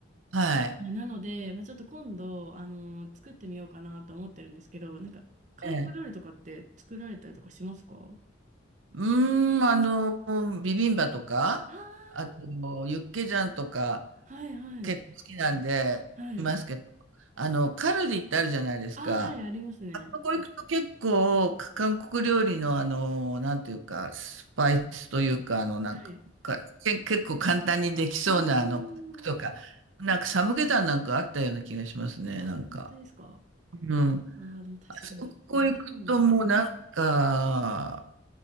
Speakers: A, on the right (about 80°); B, on the right (about 40°).
A: はい。
B: なので、まあ、ちょっと今度、あの、作ってみようかなと思ってるんですけど、なんか、韓国料理とかって作られたりとかしますか
A: ええ。うーん、あの、ビビンバとか、
B: あー
A: あと、ユッケジャンとか、
B: はいはい。
A: 結構好きなんで、
B: はい。
A: いますけど、あの、カルディってあるじゃないですか。
B: ああ、はい、ありますね。
A: そこ行くと結構、韓国料理のあの、なんていうか、スパイスというか、あの、なんか、
B: はい。
A: かけ結構簡単にできそうな、
B: うーん。
A: あの、パックとか、なんかサムゲタンなんかあったような気がしますね、
B: あ、
A: なんか。
B: 本当ですか
A: うん。
B: ああー、でも確かに、
A: あそこ行くともうなんか、
B: ありそうな。